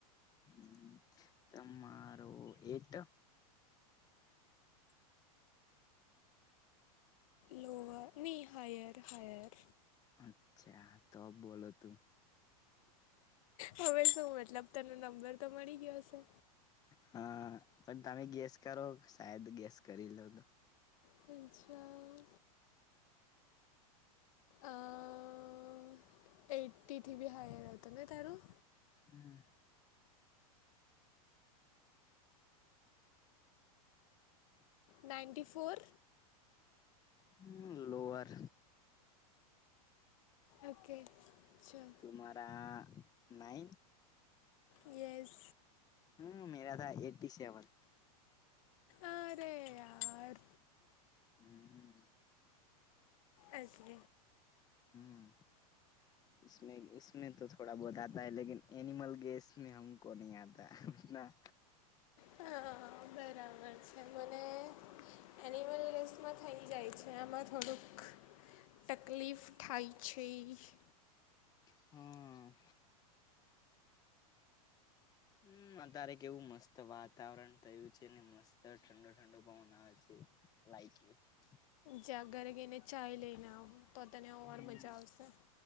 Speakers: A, on the left; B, on the left.
A: હમ્મ હમ્મ તમારું એટ.
B: લોઅ ની હાયર હાયર.
A: અચ્છા તો બોલો તું.
B: હવે શું મતલબ, તને નંબર તો મળી ગયો હશે?
A: હા, પણ તમે ગેસ કરો સાાયદ ગેસ કરી લો તો.
B: હચ્છા. અઅ એટ્ટી થી બી હાયર હતો ને તારું.
A: હમ. હ.
B: Ninety four.
A: હમ લોઅર
B: ઓકે, ચલ.
A: તુમ્હારા નાઇન
B: યસ.
A: હમ્મ, મેરા થા એટી સેવન.
B: અરે યાર.
A: હમ્મહ.
B: અકે
A: હમ્મ. ઉસ નઈ ઉસ્મે તો થોડા બહુત આતા હૈ લેકિન એનિમલ ગેસ મે હમકો નહી આતા. ના
B: હહ બરાબર છે મને એનિમલ રેસમાં થઈ જાય છે. આમાં થોડુંક ટકલીફ થાય છે. <inaudible> <unintelligible>
A: હહહ. હમ્મ, અતારે કેવું મસ્ત વાતાવરણ થયું છે ને મસ્ત ઠંડો ઠંડો પવન આવે છે. <unintelligible>
B: જા ઘરે કેયને ચાાય લેઈને આવ. તો તને ઓર
A: હમ
B: મજા આવશે